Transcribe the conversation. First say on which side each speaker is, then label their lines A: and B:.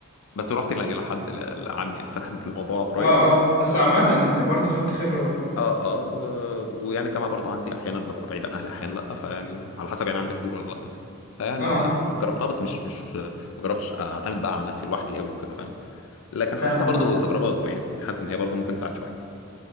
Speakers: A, on the left (about 65°); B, on the left (about 40°).
A: بس رحت إلى إلى حد إلى إلى عم يعني فكان الموضوع قريب
B: اه اه بس عامة برضو خدت خبرة
A: اه اه و... ويعني الجامعه برضو عندي احيانا ببقى بعيد عن اهلي احيانا لا فيعني على حسب يعني عندي حضور ولا لا فيعني
B: اه
A: جربتها بس مش مش ما جربتش اعتمد بقى على نفسي لوحدي قوي وكده فاهم لكن حاسسها
B: فاهمك
A: برضو
B: اه
A: تجربه كويسه يعني حاسس ان هي برضو ممكن تساعد شويه